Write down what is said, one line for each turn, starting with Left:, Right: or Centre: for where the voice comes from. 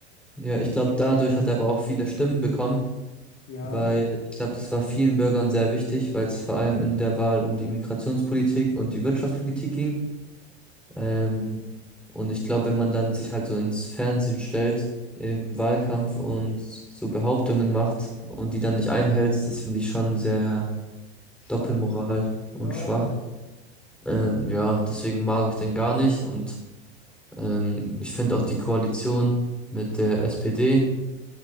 Centre: Ja, ich glaube, dadurch hat er aber auch viele Stimmen bekommen,
Left: Ja,
Centre: weil ich glaube, das war vielen Bürgern sehr wichtig, weil es vor allem in der Wahl um die Migrationspolitik und die Wirtschaftspolitik ging. Ähm, und ich glaube, wenn man dann sich halt so ins Fernsehen stellt im Wahlkampf und so Behauptungen macht und die dann nicht einhält, das finde ich schon sehr
Left: schwach.
Centre: Doppelmoral und
Left: Ja,
Centre: schwach.
Left: auch.
Centre: Ähm, ja, deswegen mag ich den gar nicht und ähm, ich finde auch die Koalition mit der SPD.